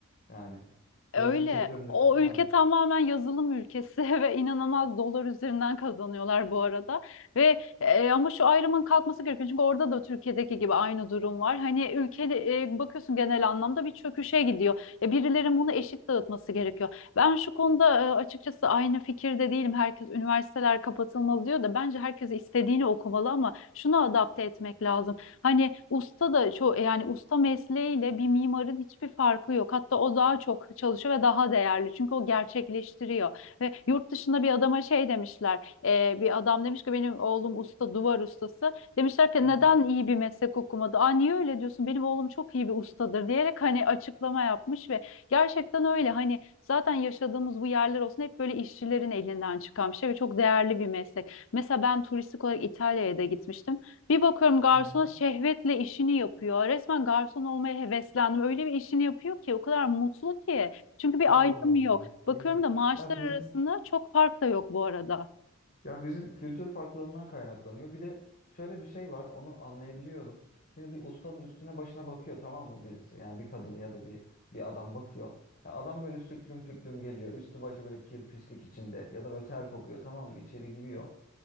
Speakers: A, on the left (about 35°); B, on the left (about 60°).
A: yani
B: E,
A: yazılım
B: Öyle.
A: sektöründe
B: O
A: yani.
B: ülke tamamen yazılım ülkesi <laughs> ve inanılmaz dolar üzerinden kazanıyorlar bu arada. Ve e, ama şu ayrımın kalkması gerekiyor. Çünkü orada da Türkiye'deki gibi aynı durum var. Hani ülke e, bakıyorsun genel anlamda bir çöküşe gidiyor. E, birilerin bunu eşit dağıtması gerekiyor. Ben şu konuda e, açıkçası aynı fikirde değilim. Herkes üniversiteler kapatılmalı diyor da bence herkes istediğini okumalı ama şunu adapte etmek lazım. Hani usta da çok yani usta mesleğiyle bir mimarın hiçbir farkı yok. Hatta o daha çok çalışıyor ve daha değerli. Çünkü o gerçekleştiriyor. Ve yurt dışında bir adama şey demişler. e, bir adam demiş ki benim oğlum usta, duvar ustası. Demişler ki
A: Hı
B: neden iyi bir meslek okumadı? Aa niye öyle diyorsun? Benim oğlum çok iyi bir ustadır diyerek hani açıklama yapmış ve Gerçekten öyle hani zaten yaşadığımız bu yerler olsun hep böyle işçilerin elinden çıkan bir şey ve çok değerli bir meslek. Mesela ben turistik olarak İtalya'ya da gitmiştim. Bir bakıyorum garsona
A: hı. Hı.
B: şehvetle işini yapıyor. Resmen garson olmaya heveslendim. Öyle bir işini yapıyor ki o kadar mutlu ki. Çünkü bir
A: Allah
B: ayrım
A: Allah.
B: yok. Bakıyorum
A: Değişik.
B: da maaşlar
A: Ya bizim
B: arasında çok fark da yok bu arada.
A: ya bizim kültür farklılığından kaynaklanıyor. Bir de şöyle bir şey var onu anlayabiliyorum. Şimdi bir ustanın üstüne başına bakıyor tamam mı birisi? Yani bir kadın ya da bir bir adam bakıyor. Ya adam böyle süklüm püklüm geliyor. Üstü başı böyle kir pislik içinde ya da böyle ter kokuyor tamam mı? İçeri giriyor.